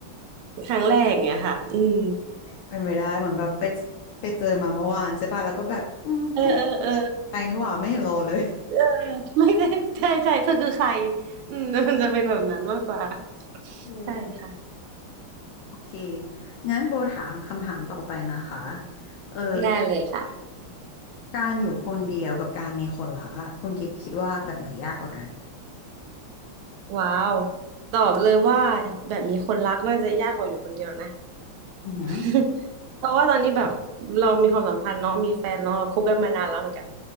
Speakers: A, on the right (about 75°); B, on the left (about 75°).
A: ครั้งแรกอย่างเงี้ยค่ะอืม
B: เป็นไปได้เหมือนแบบไปไปเจอมาเมื่อวานใช่ป่ะแล้วก็แบบอืมก็ไม่ใจนี่หว่าไม่เห็นรอเลย
A: เออเออเออเออไม่ได้ใช่ใช่เธอคือใครอืม <laughs> มันจะเป็นแบบนั้นมากกว่า
B: เออ
A: ใช่ค่ะ
B: โอเคงั้นโบถามคำถามต่อไปนะคะเออ
A: ได้เลยค่ะ
B: การอยู่คนเดียวกับการมีคนรักอะคุณกิฟต์คิดว่าแบบไหนยากกว่ากัน
A: ว้าวตอบเลยว่าแบบมีคนรักน่าจะยากกว่าอยู่คนเดียวนะ
B: อือหือ
A: <laughs> เพราะว่าตอนนี้แบบเรามีความสัมพันธ์เนาะมีแฟนเนาะเราคบกันมานานแล้วเหมือนกัน